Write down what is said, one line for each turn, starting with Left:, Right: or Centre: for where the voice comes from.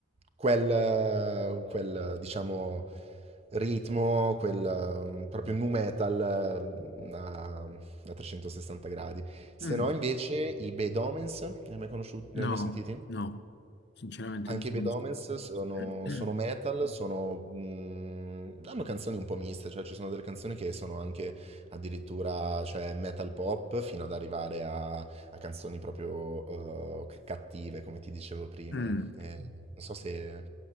Right: quel, eh, quel, diciamo, ritmo, quel eh, proprio nu metal eh, a, a 360 gradi. Se
Left: Mm,
Right: no, invece, i Bad Omens, ne hai mai conosciuti,
Left: No,
Right: ne hai mai sentiti?
Left: no, sinceramente
Right: Anche
Left: non lo
Right: i Bad
Left: conosco.
Right: Omens sono,
Left: <clears throat>
Right: sono metal, sono, mm, hanno canzoni un po' miste, cioè ci sono delle canzoni che sono anche addirittura cioè, metal pop fino ad arrivare a, a canzoni proprio eh, c- cattive, come ti dicevo prima.
Left: Mm.
Right: Eh, non so se